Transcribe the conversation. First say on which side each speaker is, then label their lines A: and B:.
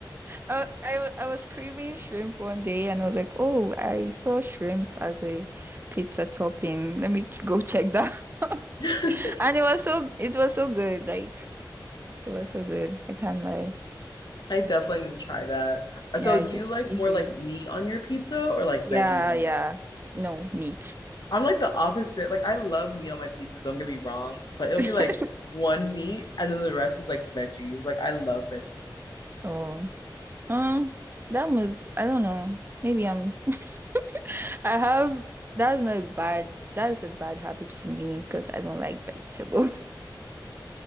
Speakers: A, on the right; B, on the left.
A: I, I I was craving shrimp one day and I was like, oh, I saw shrimp as a pizza topping. Let me ch- go check that. <laughs>
B: <laughs>
A: And it was so it was so good. Like it was so good. I can't lie.
B: I definitely need to try that. Uh,
A: Yeah,
B: So, do
A: you should
B: you like
A: you
B: more
A: should.
B: like meat on your pizza or like
A: Yeah,
B: veggies on
A: yeah.
B: your?
A: No meat.
B: I'm like the opposite. Like, I love meat on my pizza, don't get me wrong, but it'll
A: <laughs>
B: be like one meat and then the rest is like veggies. Like, I love veggies.
A: Oh. Um, that was I don't know. Maybe I'm <laughs> I have that's not a bad that is a bad habit for me because I don't like vegetable. <laughs>